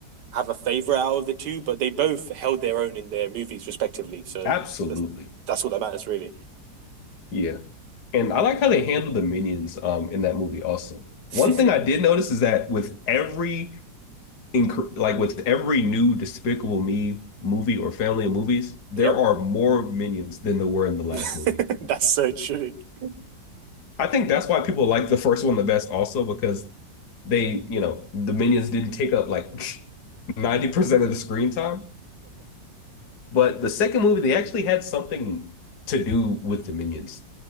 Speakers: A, on the right (about 65°); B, on the left (about 65°).
A: have a favorite out of the two, but they both held their own in their movies respectively. So
B: Absolutely.
A: that's that's all that matters really.
B: Yeah. And I like how they handled the minions um in that movie also.
A: <laughs>
B: One thing I did notice is that with every incre- like with every new Despicable Me movie or family of movies, there
A: Yep.
B: are more minions than there were in the last
A: <laughs>
B: movie.
A: That's so true. <laughs>
B: I think that's why people like the first one the best also because they, you know, the minions didn't take up like <laughs> 90% of the screen time. But the second movie, they actually had something to do with the minions,